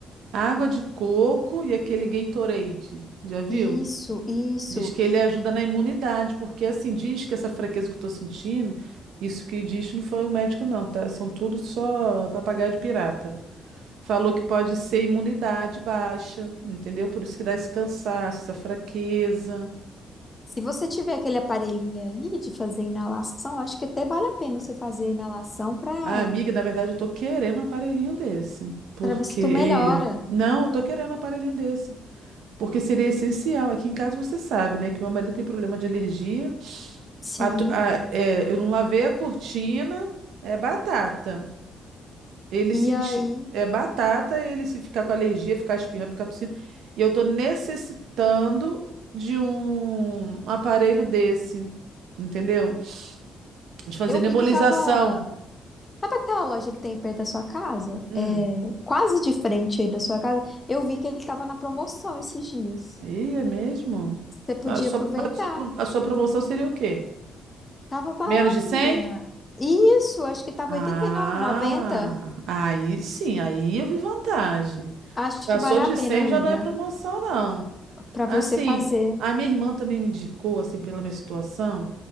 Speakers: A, on the right; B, on the left.
A: água de coco e aquele Gatorade. Já viu?
B: isso, isso.
A: Diz que ele ajuda na imunidade, porque assim, diz que essa fraqueza que eu tô sentindo, isso que diz não foi o médico, não, tá? São tudo só papagaio de pirata. Falou que pode ser imunidade baixa, entendeu? Por isso que dá esse cansaço, essa fraqueza.
B: Se você tiver aquele aparelhinho aí de fazer inalação, acho que até vale a pena você fazer a inalação para
A: Ah, amiga, na verdade, eu tô querendo um aparelhinho desse. Porque.
B: para ver se tu melhora.
A: Não, eu tô querendo um aparelhinho desse. Porque seria essencial. Aqui em casa você sabe, né? Que meu marido tem problema de alergia.
B: Sim.
A: A to- a- é, eu não lavei a cortina, é batata. Ele
B: E
A: sentir.
B: aí,
A: É batata, ele se ficar com alergia, ficar espirrando, ficar tossindo. E eu tô necessitando de um aparelho desse. Entendeu? De fazer
B: eu
A: nebulização.
B: vi que tava. Sabe aquela loja que tem perto da sua casa?
A: Hum.
B: É, quase de frente aí da sua casa. Eu vi que ele tava na promoção esses dias.
A: Ih, é mesmo?
B: Você podia
A: A sua,
B: aproveitar.
A: mas a sua, pro- a sua promoção seria o quê?
B: Tava barato,
A: Menos de cem
B: menina. Isso, acho que tava
A: Ah,
B: R$ 89,90.
A: aí sim, aí eu vi vantagem.
B: Acho
A: Passou
B: que vale
A: de
B: a
A: 100
B: pena, amiga,
A: já não é promoção, não.
B: para
A: Assim,
B: você fazer.
A: a minha irmã também me indicou, assim, pela minha situação.